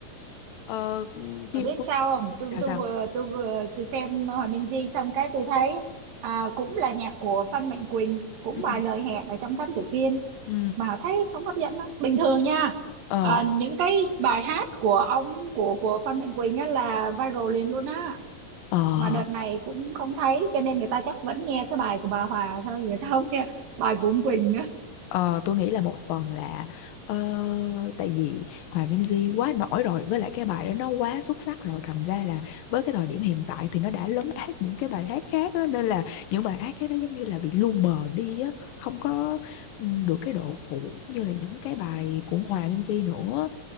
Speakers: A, on the left (about 90°); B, on the right (about 85°).
A: ờ,
B: Bà
A: phim
B: biết
A: của
B: sao không? Tôi
A: là
B: tôi
A: sao
B: vừa tôi vừa chỉ xem Hòa Minh Di xong cái tôi thấy à, cũng là nhạc của Phan Mạnh Quỳnh, cũng
A: ừ.
B: bài lời hẹn ở trong Thám Tử Kiên
A: Ừ.
B: mà thấy không hấp dẫn lắm. Bình thường nha.
A: ờ
B: À, những cái bài hát của ông của của Phan Mạnh Quỳnh á là viral liền luôn á.
A: ờ
B: Mà đợt này cũng không thấy cho nên người ta chắc vẫn nghe cái bài của bà Hòa thôi người ta không nghe bài của ông Quỳnh nữa.
A: Ờ, tôi nghĩ là một phần là ờ, tại vì Hòa Minzy quá nổi rồi với lại cái bài đó nó quá xuất sắc rồi thành ra là với cái thời điểm hiện tại thì nó đã lấn át những cái bài hát khác á, nên là những bài hát khác nó giống như là bị lu mờ đi á không có ừ, được cái độ phủ như là những cái bài của Hòa Minzy nữa